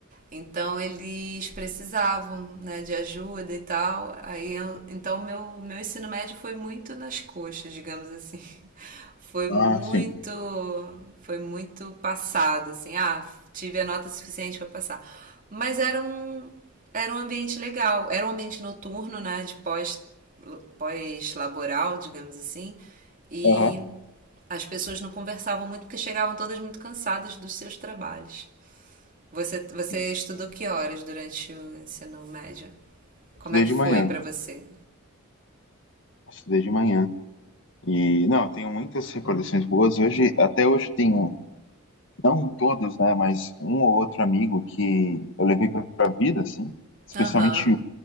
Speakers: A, on the right; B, on the left.
A: Então eles precisavam né, de ajuda e tal. Aí eu- então meu meu ensino médio foi muito nas coxas, digamos assim. foi muito,
B: Ah, sim.
A: foi muito passado, assim, ah, tive a nota suficiente para passar. Mas era um, era um ambiente legal, era um ambiente noturno, né, de pós, pós-laboral, digamos assim, e
B: Aham,
A: as pessoas não conversavam muito porque chegavam todas muito cansadas dos seus trabalhos. Você, você
B: sim.
A: estudou que horas durante o ensino médio? Como
B: Estudei
A: é que
B: de
A: foi
B: manhã,
A: para você?
B: estudei de manhã. E, não, eu tenho muitas recordações boas. Hoje, até hoje tenho, não todos, né, mas um ou outro amigo que eu levei pra pra vida, assim, especialmente
A: Aham. Uhum.
B: um.